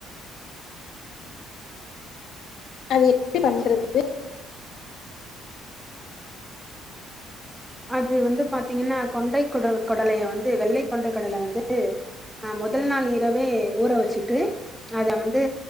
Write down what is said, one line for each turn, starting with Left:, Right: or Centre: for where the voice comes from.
Left: அது எப்டி பண்றது
Centre: அது வந்து பாத்தீங்கன்னா கொண்டை குட கொடலைய வந்து வெள்ளை கொண்டை கொடல வந்து ஆ முதல் நாள் இரவே ஊற வெச்சிட்டு அத வந்து